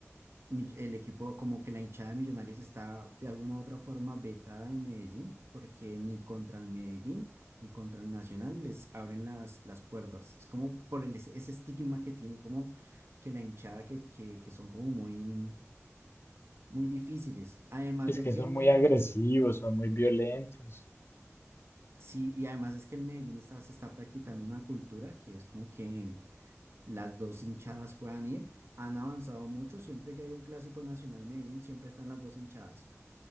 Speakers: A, on the right; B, on the left.
A: mi- el equipo, como que la hinchada de Millonarios está de alguna u otra forma vetada en Medellín, porque ni contra el Medellín ni contra el Nacional les abren las, las puertas. Es como por el, ese ese estigma que tiene, como que la hinchada que, que, que son como muy, muy difíciles. Además
B: Es
A: de
B: que
A: que
B: son
A: en Medellín...
B: muy agresivos, son muy violentos.
A: Sí, y además es que en Medellín está, se está practicando una cultura que es como que las dos hinchadas puedan ir. Han avanzado mucho, siempre que hay un clásico nacional Medellín, siempre están las dos hinchadas.